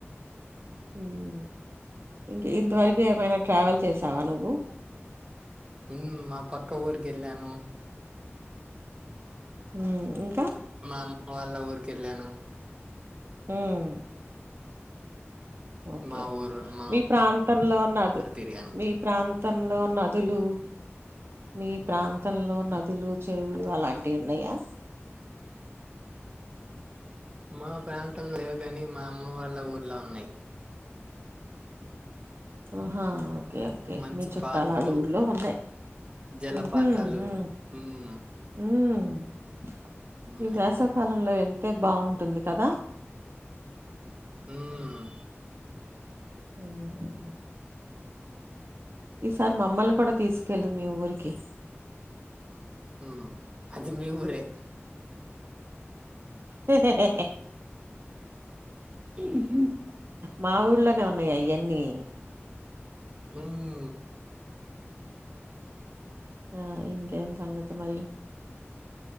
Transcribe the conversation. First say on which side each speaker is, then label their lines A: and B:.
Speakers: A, on the right; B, on the right.
A: ఉమ్మ్ ఇంక్ ఇంతవరకు ఏమైనా ట్రావెల్ చేసావా నువ్వు.
B: ఉమ్మ్ మా పక్క ఊరీకెళ్ళాను.
A: ఉమ్ ఇంకా.
B: మా అమ్మ వాళ్ళ ఊరికేళ్ళాను.
A: ఉమ్మ్. ఓకే
B: మా ఊరు మా
A: మీ ప్రాంతంలో ఉన్న అదు,
B: ఊరు తిరిగాను
A: మీ ప్రాంతంలో ఉన్న అదు. దులు మీ ప్రాంతంలో నదులు, చెరువులు అలాంటివి ఉన్నాయా.
B: మా ప్రాన్. లేవు గాని మా అమ్మ వాళ్ళ ఊర్. ఇలా ఉన్నాయి.
A: ఆహా. ఓకే ఓకే
B: మంచి
A: మీ చుట్టాలు
B: పార్కులు
A: అల్లు ఊర్లో ఉన్నాయి.
B: జలపాతాలు
A: ఉహూమ్ ఉమ్
B: ఉమ్
A: ఉమ్మ్. <unintelligible>
B: ఉన్నాయి
A: ఈ వేసవి కాలంలో వెల్. తే బాగుంటుంది కదా.
B: ఉమ్మ్.
A: మ్ ఈసారి మామ్మల్ని కూడా తీసుకెళ్లు మీ ఊరికి
B: మ్ అది మీ ఊరే
A: హెహెహ్
B: మ్మ్
A: మా ఊళ్లోనే ఉన్నాయి అయ్య అన్ని
B: ఉమ్
A: ఆ ఇంకేం సంగతి మళ్ళీ